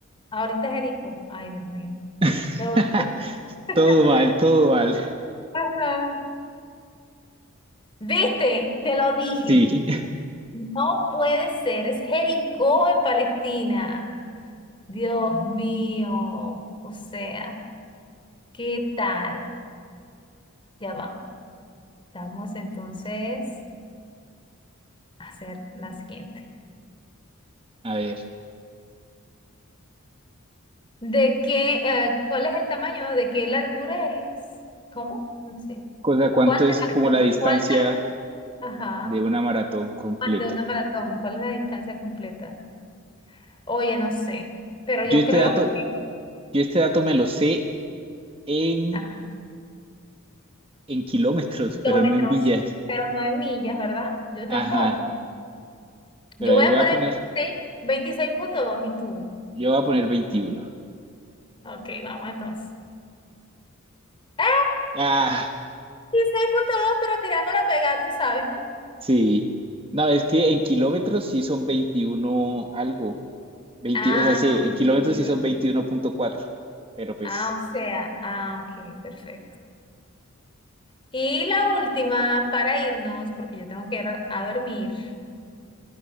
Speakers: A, on the left; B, on the right.
A: Ahorita Jericó. Ay, Dios mío.
B: <laughs>
A: Me voy por- <laughs>
B: Todo mal, todo mal.
A: Ajá. ¿Viste? Te lo dije.
B: Sí,
A: No puede ser. Es Jericó en Palestina. Dios mío. O sea, ¿qué tal? Ya va. Vamos entonces a hacer la siguiente.
B: a ver.
A: ¿De qué, eh, cuál es el tamaño? ¿De qué largura es? ¿Cómo? No sé.
B: Cosa, ¿cuánto
A: ¿Cuál
B: es
A: largo?
B: como la distancia
A: ¿Cuál largo? Ajá.
B: de una maratón completa?
A: Ah, De una maratón. ¿Cuál es la distancia completa? Oye, no sé. Pero
B: Yo
A: yo
B: este
A: creo
B: dato,
A: que
B: yo este dato me lo sé en,
A: ah,
B: en kilómetros,
A: kilómetros,
B: pero no en millas.
A: pero no en millas, ¿verdad? Yo tampoco.
B: Ajá. Pero
A: Yo
B: a
A: voy
B: ver,
A: a
B: voy
A: poner
B: a poner,
A: seis veintiséis punto dos y tú.
B: yo voy a poner 21.
A: Ok, vamos entonces. ¡Ah!
B: Ah,
A: veintiséis punto dos pero tirando la pegada, tú sabes, ¿no?
B: sí. No, es que en kilómetros sí son 21 algo. 20,
A: Ah,
B: o sea, sí, en kilómetros
A: ok.
B: hizo veintiuno punto cuatro, pero pues,
A: Ah, o sea, ah, ok, perfecto. Y la última para irnos, porque yo tengo que ir a, a dormir.